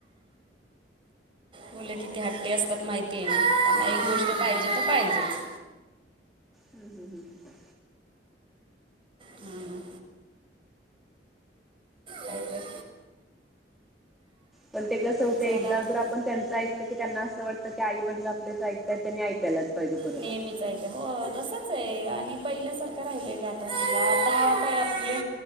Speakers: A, on the right; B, in the centre.
A: मुल किती हट्टी असतात माहिती आहे ना. एक
B: हम्म
A: गोष्ट पाहिजे तर पाहिजेच.
B: हम हम हम हं.
A: हा ना, नाही तर
B: पण ते कस होतंय
A: झाला
B: एकदा
A: आता.
B: जर आपण त्यांचं ऐकलं की त्यांना असं वाटतं की आई वडील आपल्याच ऐकतात त्यांनी ऐकायलाच पाहिजे परत
A: नेहमीच
B: आपलं
A: आहे. हो तसच आहे आणि पहिल्यासारखं राहिलय का आता समजा आताय आपले